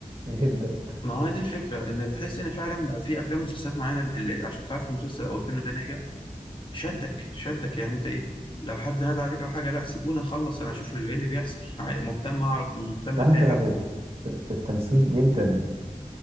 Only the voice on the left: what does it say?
ما هو دي الفكرة إن بحس إن فعلا في أفلام ومسلسلات معينة اللي عشان تعرف المسلسل أو الفيلم ده ناجح شدك شدك يعني أنت إيه لو حد نادى عليك أو حاجة لا سيبوني أخلص أنا أشوف اللي إيه اللي بيحصل عاي- مهتم أعرف ومهتم
أتابع